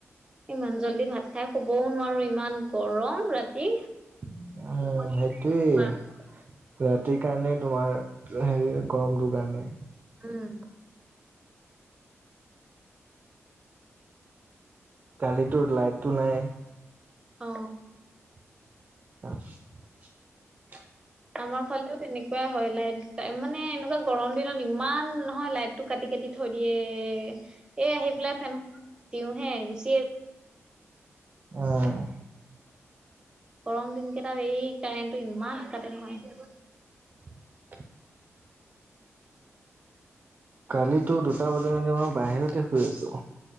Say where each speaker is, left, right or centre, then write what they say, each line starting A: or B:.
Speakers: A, on the right; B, on the right.
A: ইমান জল্দি ভাত খাই শুবও নোৱাৰো ইমান গৰম ৰাতি।
B: উম,
A: টোপনি
B: সেইটোৱেই
A: মৰালৈকে
B: ৰাতি কাৰণে তোমাৰ হেৰি গৰমটোৰ কাৰণে।
A: উম।
B: কালিতোৰ লাইটটো নাই।
A: অ
B: <inaudible>
A: আমাৰ ফালেও তেনেকুৱাই হয় লাইট মানে এনেকুৱা গৰম দিনত ইমান নহয় লাইটটো কাটি কটি থৈ দিয়ে। এই আহি পেলাই ফেনখন দিওঁ হে গুছিয়ে
B: অ'।
A: গৰম দিনকেই তাত এই কাৰেণ্টটো ইমান কাটে নহয়।
B: <inaudible> কালিতো দুটা বজালৈকে মই বাহিৰতে শুই আছো।